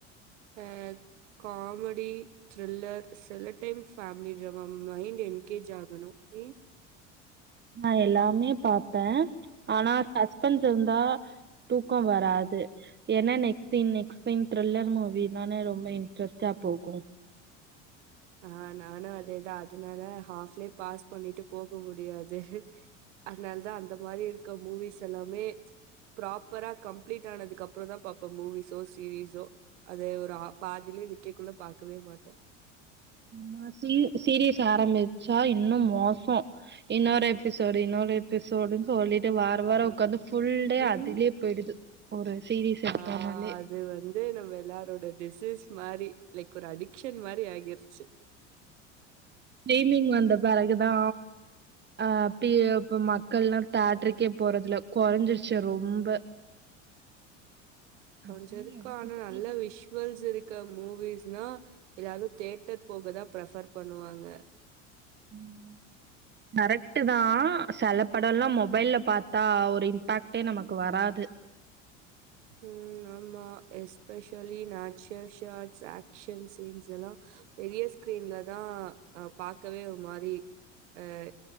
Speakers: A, on the right (about 75°); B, on the right (about 30°).
A: அஹ் காமெடி த்ரில்லர் சில time family remember mind engage ஆகணும் நீ
B: நா எல்லாமே பாப்பே ஆனா சஸ்பென்ஸ் இருந்தா தூக்கம் வராது என்ன நெக்ஸ்ட் நெக்ஸ் சீன் த்ரில்லர் மூவினானே ரொம்ப இன்ட்ரெஸ்டா போகும்
A: ஆஹ் நானு அதேதா அதனால ஹாப்லே பாஸ் பண்ணிட்டு போக முடியாது அதனாலதா அந்த மாரி இருக்க மூவிஸ் எல்லாமே ப்ராப்பரா கம்ளீட் ஆனதுக்கு அப்பறோ தா பாப்பே மூவிஸோ சீரீஸோ அத ஒரு பாதிலயே நிக்கக்குள்ள பாக்கவே மாட்டே
B: நா சீரி சீரிஸ் ஆரம்பிச்சா இன்னு மோசோ இன்னோரு ஓகே சாரி
A: ம்.
B: இன்நாளே பெப்சோடன்ட் சாலிட் வார
A: ஆ.
B: வாரோ ஒக்காந்து ஃபுல் டே
A: ம்.
B: அதுலயே போயிடுது ஒரு சீரீஸ் எடுத்தோனாலே
A: ஆ அது வந்து நம்ம எல்லாரோட டிசீஸ் மாரி லைக் ஒரு அடிக்ஷன் மாரி ஆகிருச்சு
B: டி வி ங்க வந்த பிறகுதா அஹ் பி இப்ப மக்கள்லா தேட்டர்க்கே போறது இல்ல கொறஞ்சிருச்சு ரொம்ப
A: கொஞ்சோ
B: அப்டின்னு
A: இருக்கோ
B: எனக்கு
A: ஆனா
B: தோணுது
A: நல்ல விஷுவல்ஸ் இருக்க மூவிஸ் னா எல்லாரு தேட்டர் போகதா ப்ரபர் பண்ணுவாங்க
B: ம் கரெக்ட் தா செலப்படோலா மொபைல்ல பாத்தா ஒரு இம்பாக்ட்டே நமக்கு வராது
A: உம் ஆமா especially natural shots action scenes எல்லா பெரிய ஸ்கிரீன்ல தா ஹா பாக்கவே ஒரு மாரி அஹ்